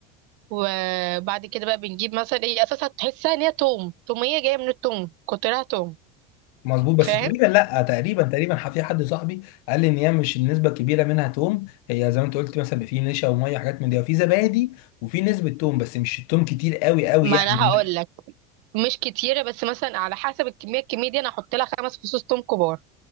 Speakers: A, on the right; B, on the left.
A: وبعد كده بقى بنجيب مثلا ايه اساسا تحسها ان هي توم توميه جايه من التوم كترها توم
B: مظبوط بس
A: فاهم
B: تقريبا لا تقريبا تقريبا ح- في حد صاحبي قال لي ان هي مش النسبه الكبيره منها توم هي زي ما انت قلت مثلا في نشا وميه وحاجات من دي وفي زبادي وفي نسبه توم بس مش التوم كتير قوي قوي
A: ما
B: يعني
A: انا هقول لك مش كتيره بس مثلا على حسب الكميه الكميه دي انا هحط لها خمس فصوص توم كبار